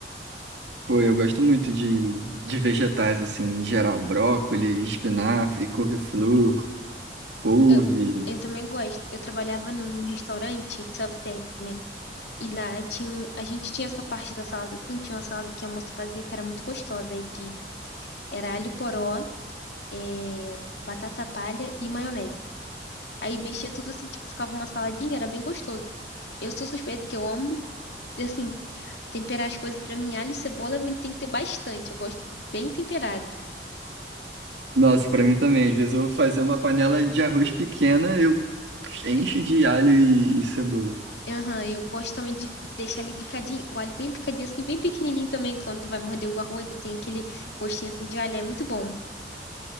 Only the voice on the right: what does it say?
Pô, eu gosto muito de, de vegetais, assim, em geral. Brócolis, espinafre, couve-flor, couve.
Nossa, pra mim também. Às vezes eu vou fazer uma panela de arroz pequena, eu encho de alho e, e cebola.